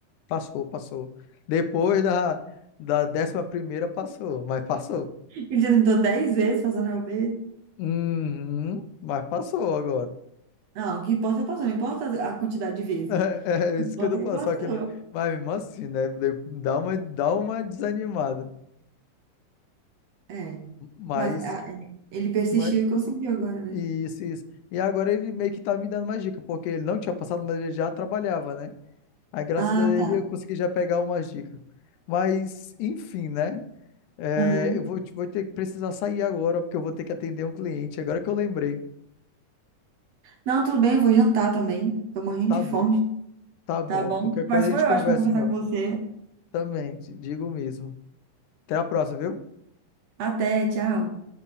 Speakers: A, on the left; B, on the right.
A: Passou, passou. Depois da, da décima primeira passou, mas passou.
B: Ele já tentou 10 vezes passando na OAB.
A: Uhum, mas passou agora.
B: Não, o que importa é passou, não importa a quantidade de vezes.
A: É, é
B: Não
A: isso
B: importa
A: que eu tô falando,
B: que passou.
A: só que, mas mesmo assim, né, de- dá uma, dá uma desanimada,
B: É,
A: mas
B: mas a-
A: que,
B: ele persistiu
A: mas,
B: e conseguiu agora, né?
A: isso, isso, e agora ele meio que tá me dando mais dica, porque ele não tinha passado, mas ele já trabalhava, né, aí graças
B: Ah,
A: a ele
B: tá.
A: eu consegui já pegar umas dicas, mas, enfim, né, é,
B: Aham.
A: eu vou, te- vou ter que precisar sair agora, porque eu vou ter que atender um cliente, agora que eu lembrei,
B: Não, tudo bem, eu vou jantar também. Tô morrendo
A: tá
B: de
A: bom,
B: fome.
A: tá bom,
B: Tá bom?
A: qualquer coisa
B: Mas
A: a
B: foi
A: gente
B: ótimo
A: conversa
B: conversar
A: de novo,
B: com você.
A: também, te digo mesmo, até a próxima, viu?
B: Até, tchau.